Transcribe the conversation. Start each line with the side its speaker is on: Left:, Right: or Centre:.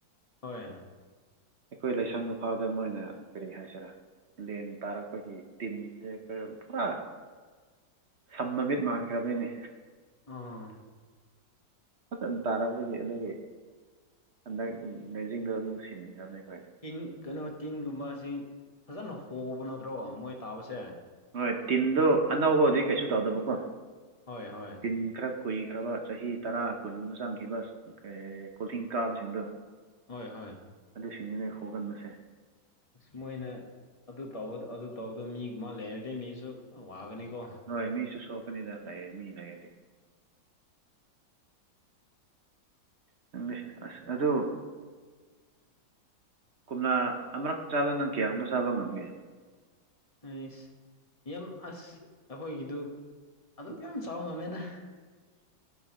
Left: ꯍꯣꯏ
Right: ꯑꯩꯈꯣꯏ ꯂꯩꯁꯥꯡ ꯃꯐꯥꯎꯗ ꯑꯃ ꯑꯣꯏꯅ ꯀꯔꯤ ꯍꯥꯏꯁꯤꯔꯥ ꯂꯦꯟ ꯇꯥꯔꯛꯄꯒꯤ ꯇꯤꯟꯁꯦ ꯀꯈ ꯄꯨꯔꯥ ꯁꯝ ꯃ ꯃꯤꯠ ꯃꯥꯟꯈ꯭ꯔꯕꯅꯤꯅꯦ
Left: ꯑꯥ
Right: ꯃꯇꯝ ꯇꯥꯔꯛꯄꯒꯤ ꯑꯗꯨꯒꯤ ꯍꯟꯗꯛ ꯂꯖꯤꯡꯗꯨꯣ ꯑꯗꯨꯝ ꯁꯤꯟꯈ꯭ꯔꯕꯅꯤ ꯑꯩꯈꯣꯏ
Left: ꯇꯤꯟ ꯀꯩꯅꯣ ꯇꯤꯟꯒꯨꯝꯕ ꯑꯁꯤ ꯐꯖꯅ ꯍꯣꯕ ꯅꯠꯇ꯭ꯔꯣ ꯃꯣꯏ ꯇꯥꯕꯁꯦ
Right: ꯍꯣꯏ ꯇꯤꯟꯗ ꯑꯅꯧꯕꯗꯤ ꯀꯩꯁꯨ ꯇꯧꯗꯕꯀꯣ
Left: ꯍꯣꯏ ꯍꯣꯏ
Right: ꯇꯤꯟ ꯈꯔ ꯀꯨꯏꯈ꯭ꯔꯕ ꯆꯍꯤ ꯇꯔꯥ ꯀꯨꯟꯒꯨꯝꯕ ꯆꯪꯈꯤꯕ ꯀ ꯀꯣꯜꯊꯡ ꯀꯥꯕꯁꯤꯡꯗꯣ
Left: ꯍꯣꯏ ꯍꯣꯏ
Right: ꯑꯗꯨꯁꯤꯡꯅꯤꯅꯦ ꯍꯣꯒꯟꯕꯁꯦ
Left: ꯑꯁ ꯃꯣꯏꯅ ꯑꯗꯨ ꯇ ꯑꯗꯨ ꯇꯧꯕꯗꯣ ꯃꯤꯒꯨꯝ ꯃꯥ ꯂꯩꯔꯗꯤ ꯃꯤꯁꯨ ꯋꯥꯒꯅꯤꯀꯣ
Right: ꯍꯣꯏ ꯃꯤꯁꯨ ꯁꯣꯛꯀꯅꯤꯗ ꯂꯩ ꯃꯤ ꯂꯩꯔꯗꯤ ꯈꯪꯗ‌ꯦ ꯑꯁ ꯑꯗꯨ ꯀꯨꯝꯅꯥ ꯑꯃꯔꯛ ꯆꯥꯗ ꯅꯪ ꯀꯌꯥ ꯑꯃ ꯆꯥꯕ ꯉꯝꯒꯦ
Left: ꯑꯩꯁ ꯌꯥꯝ ꯑꯁ ꯑꯩꯈꯣꯏꯒꯤꯗꯨ ꯑꯗꯨꯝꯛ ꯌꯥꯝ ꯆꯥꯎꯕ ꯉꯝꯃꯦꯅ